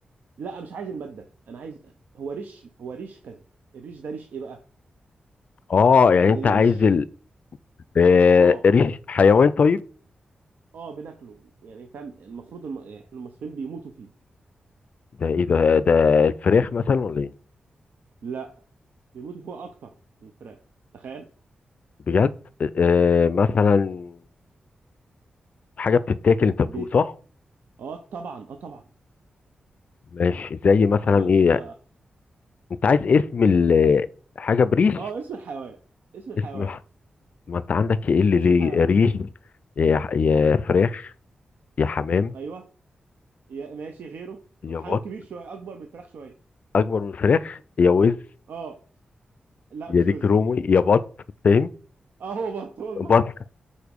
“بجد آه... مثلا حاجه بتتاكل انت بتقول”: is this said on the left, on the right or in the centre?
Left